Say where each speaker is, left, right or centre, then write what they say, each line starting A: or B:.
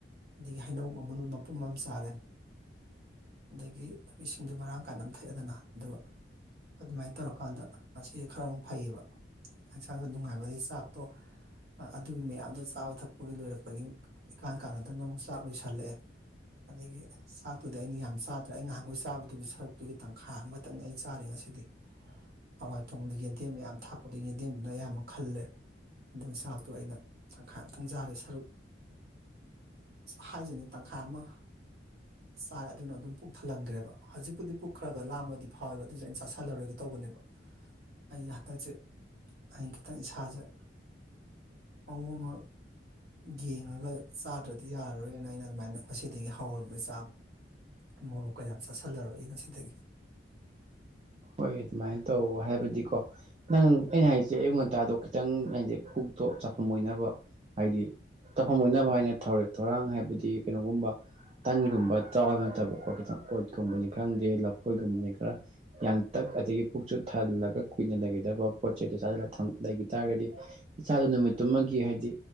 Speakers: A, on the right (about 55°); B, on the right (about 30°).
A: ꯑꯗꯒꯤ ꯍꯩꯅꯧ ꯑꯃ ꯃꯄꯨꯝ ꯑꯃ ꯆꯥꯔꯦ ꯑꯗꯒꯤ ꯗꯨ ꯃꯔꯥꯡ ꯀꯥꯏꯅ ꯑꯃ ꯊꯛꯑꯦꯗꯅ ꯑꯗꯨꯒ ꯑꯗꯨꯃꯥꯏꯅ ꯇꯧꯔꯀꯥꯟꯗ ꯉꯁꯤꯁꯦ ꯈꯔ ꯑꯃꯨꯛ ꯐꯩꯌꯦꯕ ꯥꯍꯛꯁꯥꯡꯗꯣ ꯅꯨꯡꯉꯥꯏꯕꯒꯤ ꯆꯥꯛꯇꯣ ꯑꯗꯨꯒꯤ ꯃꯌꯥꯝꯗꯣ ꯆꯥꯕ ꯊꯛꯄꯒꯤ ꯂꯣꯏꯔꯛꯄꯒꯤ ꯏꯀꯥꯟ ꯀꯥꯟꯅꯗꯅ ꯑꯃꯨꯛ ꯆꯥꯛ ꯂꯣꯏꯁꯤꯜꯂꯛꯑꯦ ꯑꯗꯒꯤ ꯆꯥꯛꯇꯨꯗꯤ ꯑꯩꯅ ꯌꯥꯝ ꯆꯥꯗ꯭ꯔꯦ ꯑꯩ ꯉꯍꯥꯡꯈꯣꯏ ꯆꯥꯕ ꯑꯗꯨꯒꯤ ꯁꯔꯨꯛꯇꯨꯒꯤ ꯇꯪꯈꯥꯏ ꯑꯃꯈꯛꯇꯪꯅꯤ ꯑꯩ ꯆꯥꯔꯦ ꯉꯁꯤꯗꯤ ꯍꯋꯥꯏ ꯊꯣꯡꯗ ꯌꯦꯟꯗꯦꯝ ꯌꯥꯝ ꯊꯥꯛꯄꯗ ꯌꯦꯟꯗꯦꯝꯗꯨꯅ ꯑꯌꯥꯝꯕ ꯈꯜꯂꯦ ꯑꯗꯨ ꯆꯥꯛꯇꯣ ꯑꯩꯅ ꯇꯪꯈꯥꯏ ꯑꯃꯝꯇꯪ ꯆꯥꯔꯦ ꯁꯔꯨꯛ ꯍꯥꯏꯁꯤꯅꯤ ꯇꯪꯈꯥꯏ ꯑꯃ ꯆꯥꯔ ꯑꯗꯨꯅ ꯑꯗꯨꯝ ꯄꯨꯛ ꯊꯜꯍꯟꯈ꯭ꯔꯦꯕ ꯍꯧꯖꯤꯛꯄꯨꯗꯤ ꯄꯨꯛꯈ꯭ꯔꯒ ꯂꯥꯝꯃꯗꯤ ꯐꯥꯎꯋꯦꯕ ꯑꯗꯨꯁꯨ ꯑꯩꯅ ꯆꯥꯥꯁꯜꯂꯔꯣꯏꯒꯦ ꯇꯧꯕꯅꯦꯕ ꯑꯩ ꯍꯥꯇꯥꯛꯁꯦ ꯑꯩ ꯈꯤꯇꯪ ꯏꯁꯥꯥꯁꯦ ꯃꯑꯣꯡ ꯑꯃ ꯌꯦꯡꯉꯒ ꯆꯥꯗ꯭ꯔꯗꯤ ꯌꯥꯔꯔꯣꯏꯅ ꯑꯩꯅ ꯑꯗꯨꯃꯥꯏꯅ ꯉꯁꯤꯗꯒꯤ ꯍꯧꯔꯕꯅꯤ ꯆꯥꯕ ꯎ ꯃꯣꯔꯣꯛꯀ ꯌꯥꯝ ꯆꯥꯁꯤꯜꯂꯔꯣꯏ ꯉꯁꯤꯗꯒꯤ
B: ꯍꯣꯏ ꯑꯗꯨꯃꯥꯏꯅ ꯇꯧꯑꯣ ꯍꯥꯏꯕꯗꯤꯀꯣ ꯅꯪ ꯑꯩꯅ ꯍꯥꯏꯁꯦ ꯑꯌꯨꯛ ꯉꯟꯇꯥꯗꯣ ꯈꯤꯇꯪ ꯍꯥꯏꯗꯤ ꯄꯨꯛ ꯇꯣ ꯆꯈꯝ ꯑꯣꯏꯅꯕ ꯍꯥꯏꯗꯤ ꯆꯈꯝꯝ ꯑꯣꯏꯅꯕ ꯍꯥꯏꯅ ꯊꯧꯔꯦꯛ ꯊꯧꯔꯥꯡ ꯍꯥꯏꯕꯗꯤ ꯀꯩꯅꯣꯒꯨꯝꯕ ꯇꯟꯒꯨꯝꯕ ꯇꯥꯎ ꯍꯥꯢꯕ ꯅꯠꯇꯕꯀꯣ ꯈꯤꯇꯪ ꯑꯣꯠꯀꯨꯝꯕꯅꯤ ꯈꯪꯗꯦ ꯂꯐꯣꯏꯒꯨꯝꯕꯅꯤ ꯈꯔ ꯌꯥꯟꯇꯛ ꯑꯗꯒꯤ ꯄꯨꯛ ꯆꯨꯠ ꯊꯥꯍꯜꯂꯒ ꯀꯨꯏꯅ ꯂꯩꯒꯗꯕ ꯄꯣꯠ ꯆꯩꯩꯗꯣ ꯆꯁꯜ ꯂꯩꯈꯤ ꯇꯥꯔꯒꯗꯤ ꯏꯆꯥꯗ ꯅꯨꯃꯤꯠꯇꯨꯃꯒꯤ ꯍꯥꯏꯗꯤ